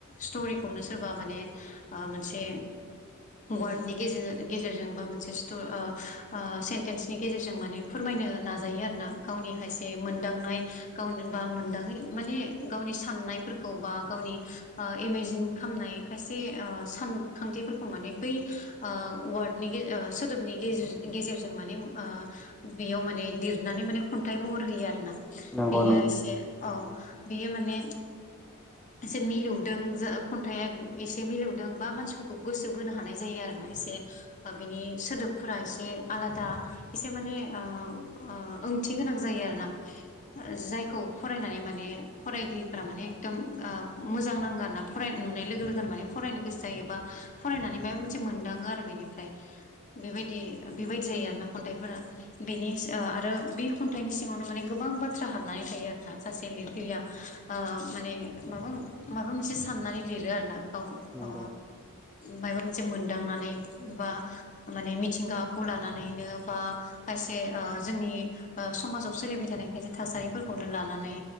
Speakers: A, on the left; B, in the centre.
A: स्टरिखौनो सोरबा माने ओ मोनसे वार्डनि गेजेर गेजेरजों बा मोनसे स्टिर ओ ओ सेन्टेन्सनि गेजेरजों माने फोरमायनो नाजायो आर ना गावनि खायसे मोनदांनाय गाव बा मोनदाङै माने गावनि साननायफोरखौ बा गावनि इमेजिन खालामनाय खायसे ओ सानखांथिफोरखौ माने बै ओ वार्डनि सोदोबनि गेजे गेजेरजों माने ओ बेयाव माने लिरनानै माने खन्थाइ महर होयो आरोना।
B: नंगौ
A: बियो एसे अ बियो माने
B: <inaudible>
A: एसे मिलौदों जो खन्थाइया एसे मिलौदों बा मानसिफोरखौ गोसो बोनो हानाय जायो आरो ना एसे। ओ बिनि सोदोब फोरा एसे आलादा एसे माने ओ ओ ओंथि गोनां जायो आरोना। ओ जायखौ फरायनानै माने फरायगिरिफोरा माने एखदम ओ मोजां नांगो आरोना फराय नुनाय लोगो लोगोनो माने फरायनो गोसो जायो बा फरायनानै माबा मोनसे मोनदाङो आरो बेनिफ्राय। बेबायदि बेबायदि जायो आरो ना खन्थाइफोरा। बेनि ओ आरो बे खन्थाइनि सिङावनो माने गोबां बाथ्रा हाबनानै थायो आरोना सासे लिरगिरिया ओ माने माबा माबा मोनसे साननानै लिरो आरोना। औ
B: नंगौ
A: ओ मायबा मोनसे मोनदांनानै बा माने मिथिंगाखौ लानानैनो बा खायसे ओ जोंनि ओ समाजाव सोलिबाय थानाय खायसे थासारिफोरखौनो लानानै